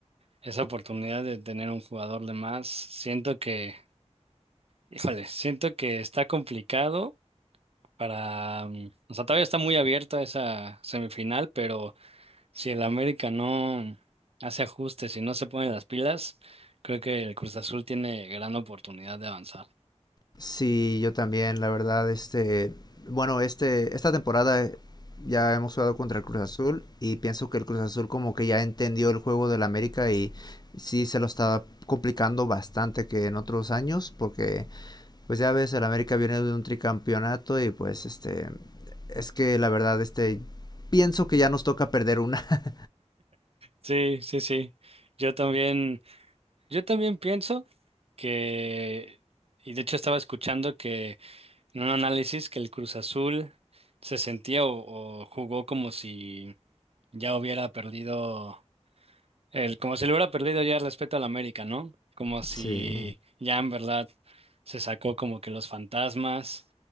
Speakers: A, on the right; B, on the left.
A: esa oportunidad de tener un jugador de más. Siento que, híjole, siento que está complicado para, mm, o sea, todavía está muy abierta esa semifinal, pero si el América no hace ajustes y no se pone las pilas, creo que el Cruz Azul tiene gran oportunidad de avanzar.
B: Sí, yo también, la verdad, este, bueno, este, esta temporada eh, ya hemos jugado contra el Cruz Azul y pienso que el Cruz Azul como que ya entendió el juego del América y sí se lo estaba complicando bastante que en otros años porque pues ya ves, el América viene de un tricampeonato y pues este, es que la verdad, este, pienso que ya nos toca perder una. <laughs>
A: Sí, sí, sí. Yo también. Yo también pienso que, y de hecho estaba escuchando que en un análisis que el Cruz Azul se sentía o, o jugó como si ya hubiera perdido, el, como si le hubiera perdido ya el respeto al América, ¿no? Como si
B: Sí,
A: ya en verdad se sacó como que los fantasmas,